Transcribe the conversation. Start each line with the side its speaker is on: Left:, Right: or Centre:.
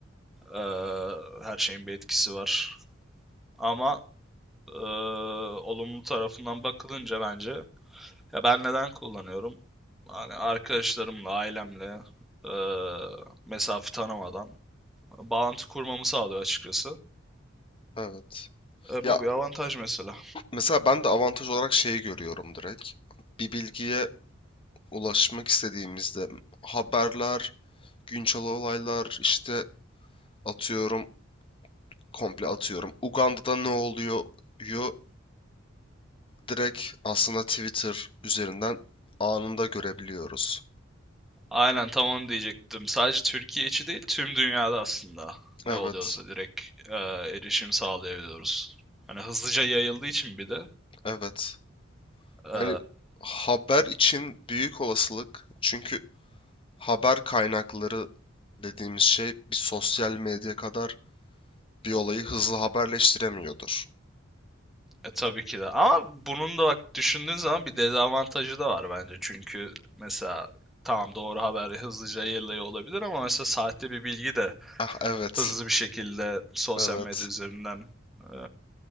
Centre: e, her şeyin bir etkisi var. Ama e, olumlu tarafından bakılınca bence ya ben neden kullanıyorum? Hani arkadaşlarımla, ailemle e, mesafe tanımadan e, bağlantı kurmamı sağlıyor açıkçası.
Left: evet.
Centre: E,
Left: Ya
Centre: bu bir avantaj mesela.
Left: mesela ben de avantaj olarak şeyi görüyorum direkt. Bir bilgiye ulaşmak istediğimizde haberler, güncel olaylar, işte atıyorum komple atıyorum. Uganda'da ne oluyor? yu direkt aslında Twitter üzerinden anında görebiliyoruz.
Centre: Aynen tam onu diyecektim. Sadece Türkiye içi değil, tüm dünyada aslında ne
Left: Evet,
Centre: oluyorsa direkt e, erişim sağlayabiliyoruz. Hani hızlıca yayıldığı için bir de
Left: evet.
Centre: e,
Left: Yani haber için büyük olasılık çünkü haber kaynakları dediğimiz şey bir sosyal medya kadar bir olayı hızlı haberleştiremiyordur.
Centre: e, tabii ki de. Ama bunun da bak düşündüğün zaman bir dezavantajı da var bence. Çünkü mesela tamam doğru haber hızlıca yayılıyor olabilir ama mesela sahte bir bilgi de
Left: Ah evet,
Centre: hızlı bir şekilde sosyal
Left: evet.
Centre: medya üzerinden e,